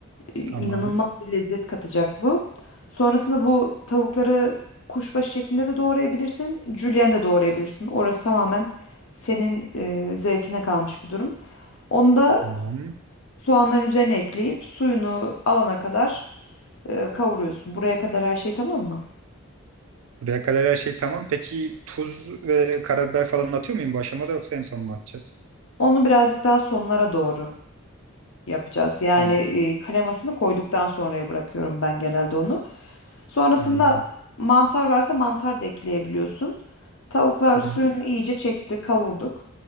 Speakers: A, on the left; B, on the right.
A: e, inanılmaz
B: Tamam,
A: bir lezzet katacak bu. Sonrasında bu tavukları kuşbaşı şeklinde de doğrayabilirsin, julienne de doğrayabilirsin. Orası tamamen senin e, zevkine kalmış bir durum. Onu da
B: tamam.
A: soğanların üzerine ekleyip suyunu alana kadar e, kavuruyorsun. Buraya kadar her şey tamam mı?
B: Buraya kadar her şey tamam. Peki tuz ve karabiber falan atıyor muyum bu aşamada yoksa en son mu atacağız?
A: Onu birazcık daha sonlara doğru yapacağız. Yani
B: Tamam,
A: e, kremasını koyduktan sonraya bırakıyorum ben genelde onu. Sonrasında
B: anladım.
A: mantar varsa mantar da ekleyebiliyorsun. Tavuklar
B: Hı hı.
A: suyunu iyice çekti, kavurduk.